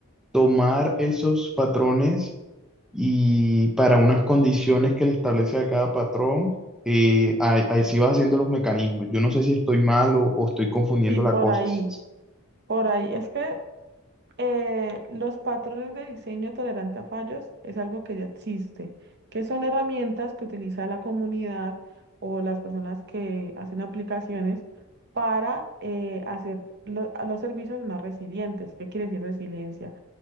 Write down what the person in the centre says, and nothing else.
tomar esos patrones y para unas condiciones que le establece a cada patrón, eh, a- así vas haciendo los mecanismos. Yo no sé si estoy mal o, o estoy confundiendo
la cosa.
Sí, sí,